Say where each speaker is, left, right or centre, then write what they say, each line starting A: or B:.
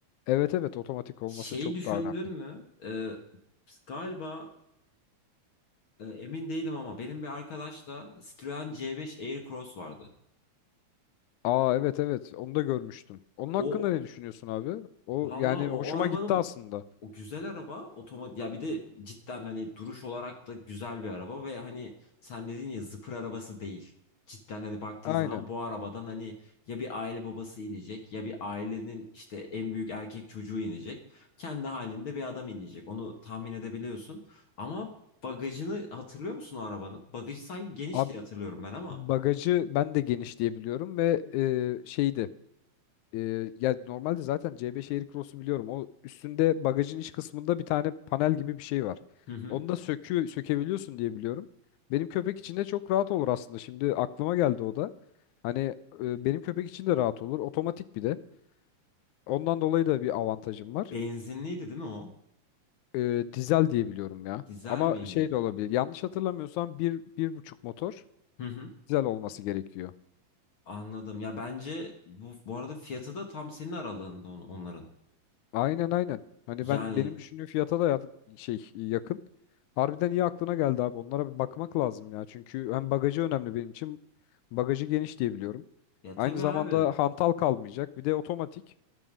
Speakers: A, on the left (about 80°); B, on the left (about 50°).
A: Evet evet otomatik olması
B: Şeyi
A: çok
B: düşündün
A: daha önemli.
B: mü? E, galiba e, emin değilim ama benim bir arkadaşla Citroen C5 Aircross vardı.
A: Aa evet evet onu da görmüştüm. Onun hakkında
B: O
A: ne düşünüyorsun abi? O
B: vallahi
A: yani
B: o,
A: hoşuma
B: o arabanın
A: gitti aslında.
B: O güzel araba otomatik ya bir de cidden hani duruş olarak da güzel bir araba ve hani sen dedin ya zıpır arabası değil. Cidden hani baktığın
A: Aynen.
B: zaman bu arabadan hani ya bir aile babası inecek ya bir ailenin işte en büyük erkek çocuğu inecek. Kendi halinde bir adam inecek. Onu tahmin edebiliyorsun. Ama bagajını hatırlıyor musun o arabanın? Bagajı sanki geniş
A: Abi
B: diye hatırlıyorum ben ama.
A: bagajı ben de geniş diye biliyorum ve e, şeydi. E, ya normalde zaten C5 Aircross'u biliyorum. O üstünde bagajın iç kısmında bir tane panel gibi bir şey var.
B: Hı hı.
A: Onu da sökü sökebiliyorsun diye biliyorum. Benim köpek için de çok rahat olur aslında. Şimdi aklıma geldi o da. Hani e, benim köpek için de rahat olur. Otomatik bir de. Ondan dolayı da bir avantajım var.
B: Benzinliydi değil mi o?
A: E, dizel diye biliyorum ya.
B: Dizel
A: Ama
B: miydi?
A: şey de olabilir. Yanlış hatırlamıyorsam bir, bir buçuk motor
B: Hı hı.
A: dizel olması gerekiyor.
B: Anladım. Ya bence bu bu arada fiyatı da tam senin aralığında on- onların.
A: Aynen aynen. Hani
B: Yani
A: ben benim düşündüğüm fiyata da ya- şey yakın. Harbiden iyi aklına geldi abi. Onlara bir bakmak lazım ya. Çünkü hem bagajı önemli benim için. Bagajı geniş diye biliyorum.
B: ya tabii
A: Aynı zamanda
B: abi.
A: hantal kalmayacak. Bir de otomatik.